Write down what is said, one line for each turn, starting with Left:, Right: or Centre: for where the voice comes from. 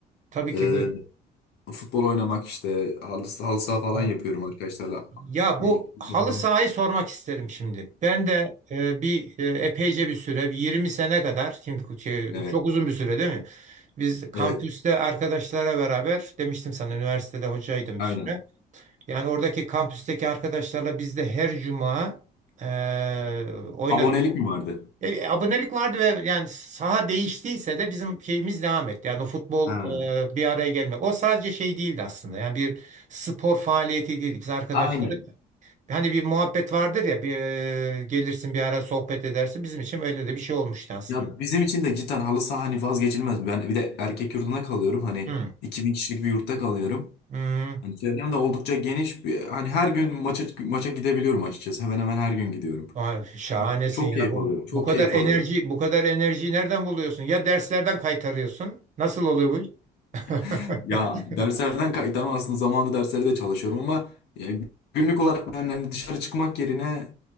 Right: tabii
Left: Ee,
Right: ki buyur.
Left: futbol oynamak işte halı, halı saha falan
Right: Ha.
Left: yapıyorum arkadaşlarla.
Right: Ya
Left: Bir-
Right: bu halı
Left: Falan.
Right: sahayı sormak isterim şimdi. Ben de e, bir e, epeyce bir süre bir 20 sene kadar şimdi şey,
Left: Evet.
Right: çok uzun bir süre değil mi? Biz kampüste
Left: Evet.
Right: arkadaşlara beraber demiştim sana üniversitede hocaydım
Left: Aynen.
Right: bir süre. Yani oradaki kampüsteki arkadaşlarla biz de her cuma eee oynadık.
Left: Abonelik mi vardı?
Right: E, abonelik vardı ve yani saha değiştiyse de bizim şeyimiz devam etti. Yani o futbol
Left: Ha.
Right: eee, bir araya gelmek. O sadece şey değildi aslında. Yani bir spor faaliyeti değildi. Biz arkadaşlarla
Left: Aynen.
Right: hani bir muhabbet vardır ya bir, eee, gelirsin bir ara sohbet edersin. Bizim için öyle de bir şey olmuştu aslında.
Left: Ya bizim için de cidden halı saha hani vazgeçilmez. Ben bir de erkek yurdunda kalıyorum. Hani
Right: Hı,
Left: 2000 kişilik bir yurtta kalıyorum.
Right: hı.
Left: Hani çevrem de oldukça geniş. Bir- Hani her gün maça maça gidebiliyorum açıkçası. Hemen hemen her gün gidiyorum.
Right: Vay, şahanesin
Left: Çok
Right: ya.
Left: keyif
Right: Bu
Left: alıyorum. Çok
Right: bu kadar
Left: keyif
Right: enerji,
Left: alıyorum.
Right: bu kadar enerjiyi nereden buluyorsun? Ya derslerden kaytarıyorsun. Nasıl oluyor bu iş? <laughs>
Left: <laughs> Ya derslerden kaytarma aslında zamanında derslere de çalışıyorum ama ya günlük olarak ben hani dışarı çıkmak yerine